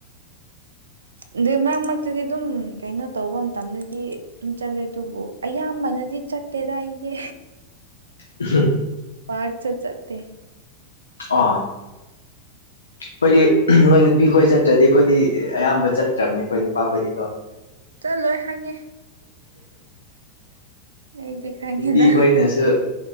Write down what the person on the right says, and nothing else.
ꯑꯗꯨ ꯃꯔꯛ ꯃꯔꯛꯇꯗꯤ ꯑꯗꯨꯝ ꯀꯩꯅꯣ ꯇꯧꯕ ꯃꯇꯝꯗꯗꯤ ꯑꯗꯨꯝ ꯆꯠꯂꯦ ꯑꯗꯨꯕꯨ ꯑꯌꯥꯝꯕꯅꯗꯤ ꯆꯠꯇꯦꯗ ꯑꯩꯗꯤ
ꯄꯥꯛꯁꯨ ꯆꯠꯇꯦ
ꯆꯠꯂꯣꯏ ꯈꯪꯉꯦ ꯑꯩꯗꯤ ꯈꯪꯉꯦꯗ